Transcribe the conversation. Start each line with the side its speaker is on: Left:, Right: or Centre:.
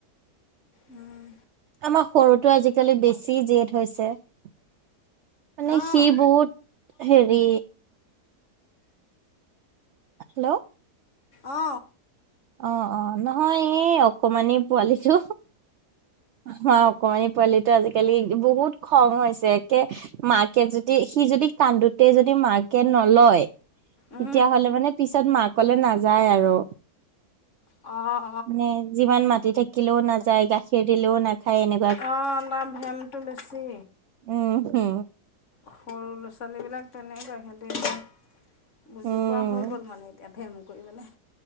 Left: উম।
Right: আমাৰ সৰুটো আজি-কালি বেছি জেদ হৈছে। মানে
Left: অঁ
Right: সি বহুত- হেৰি হেল্ল'
Left: অ। অ।
Right: অ, অ। নহয়, এই অকমানি পোৱালিটো, আমাৰ অকমানি পোৱালিটো আজি-কালি বহুত খং হৈছে। একে মাক কে যদি সি যদি কান্দোতেই যদি মাকে নলয়
Left: অঁ
Right: তেতিয়াহ'লে মানে পিছত মাকলে নাযায় আৰু।
Left: অ।
Right: মানে যিমান মাতি থাকিলেও নাযায়, গাখীৰ দিলেও নাখায় এনে
Left: অ ন ভেমটো বেছি।
Right: উ হু।
Left: খৰু ল-ছালীবিলাক তেনেকুৱাই। সিহঁতে <unintelligible> বুজি
Right: উম
Left: পোৱা হৈ গ'ল মানে এতিয়া ভেম কৰিবলে।